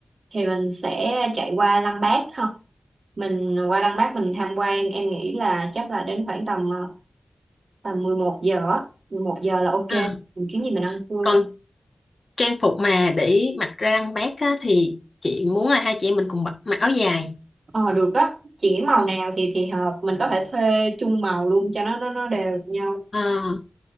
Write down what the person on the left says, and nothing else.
à
còn trang phục mà để mặc ra lăng bác á, thì chị muốn là hai chị em mình cùng mặc, mặc áo dài
Ừ.
Ờ,